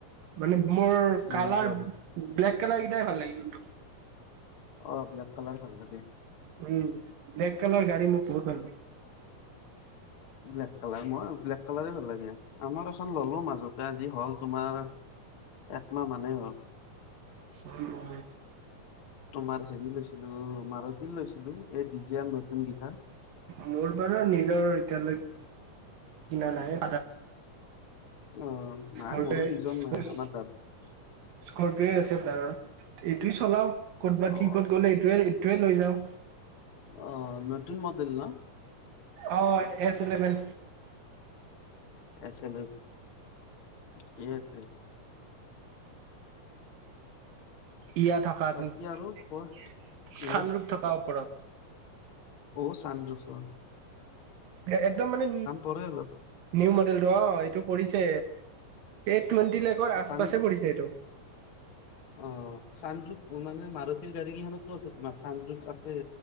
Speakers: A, on the right; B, on the left.
A: মানে মোৰ
B: মহেন্দ্ৰৰ
A: কালাৰ ব্লেক কালাৰ একেইটাই ভাল লাগে কিন্তটো
B: অঁ ব্লেক কালাৰ ভাল লোগি
A: উম নেকেলৰ গাড়ী মই পে
B: ব্লেক কালাৰ মই ব্লেক কালাৰ ভাল লাগে আমাৰ এখন ললো মাজতে আজি হল তোমাৰ একমাহ মান হয় অঁ
A: আহ অঁ
B: তোমাৰ হেৰি লৈছিলো মাৰুতি লৈছিলো এই ডিজিয়াৰ নতুন গিঠা
A: মোৰ বাৰু নিজৰ এতিয়ালৈকে কিনা নাহে
B: অ নাই
A: স্কপি
B: মোৰো নিজৰ নাই আমাৰ তাত
A: অঁ আছো এইটোই চলাও ক'তবাত
B: অ
A: কি গ'লে এইটোৱে তোৱে লৈ যাওঁ
B: অঁ নতুন মডেল ন
A: অঁ এছ ইলেভেন
B: এছে কি আছে
A: ইয়া থকা
B: বাকী
A: চানৰূপ
B: আৰু ক উম
A: থকাৰ ওপৰত
B: অ চানৰূপ
A: একদম মানে
B: পৰে অলপ
A: নিউ মান অ এইটো পৰিছে এই টুৱেণ্টি লেখৰ আছ
B: চান
A: পাছে পৰিছে এইটো।
B: অ চানদ্ৰোফ মানে মাৰুতিৰ গাড়ী কেইখনতো আছে তোমাৰ চেদ্ৰফ আছে